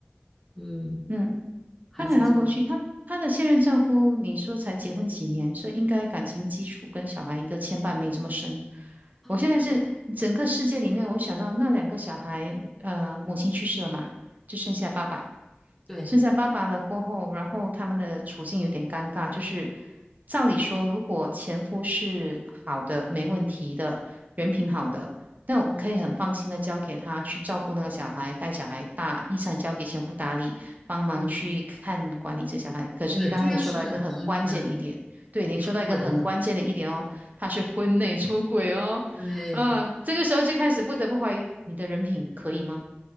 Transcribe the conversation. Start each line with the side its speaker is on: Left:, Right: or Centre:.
Centre: 嗯，
Right: 嗯，
Centre: 孩子就
Right: 她回韩国去，她她的现任丈夫，你说才结婚几年，所以应该感情基础跟小孩一个牵绊没这么深。
Centre: 啊，
Right: 我现在是整个世界里面，
Centre: 对
Right: 我想到那两个小孩，呃，母亲去世了嘛，就剩下爸爸。
Centre: 对，
Right: 生下爸爸了过后，然后他们的处境有点尴尬，就是照理说，如果前夫是好的、没问题的、人品好的，那我可以很放心的交给他去照顾那个小孩，
Centre: 嗯
Right: 带小孩大，遗产交给前夫打理，帮忙去看管理这小孩。
Centre: 嗯，
Right: 可是你刚才你说到一个很关键的一点，
Centre: 对，这样是很合理的
Right: 对你说到一个很关键的一点哦，
Centre: 出轨了。
Right: 他是婚内出轨哦，
Centre: 对。
Right: 啊，这个时候就开始不得不怀疑你的人品可以吗？